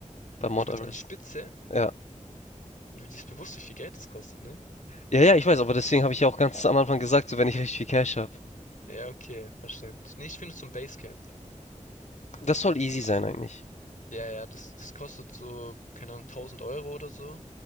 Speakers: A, on the left; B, on the left.
A: bei Mount
B: Du willst
A: Everest.
B: an die Spitze?
A: Ja.
B: Du siehst bewusst, wie viel Geld das kostet, ne?
A: Ja, ja, ich weiß, aber deswegen habe ich ja auch ganz am Anfang gesagt, so wenn ich richtig viel Cash habe.
B: Ja, okay, verständlich. Nee, ich finde zum Basecamp.
A: Das soll easy sein eigentlich.
B: Ja, ja, das, das kostet so, keine Ahnung, 1000 Euro oder so.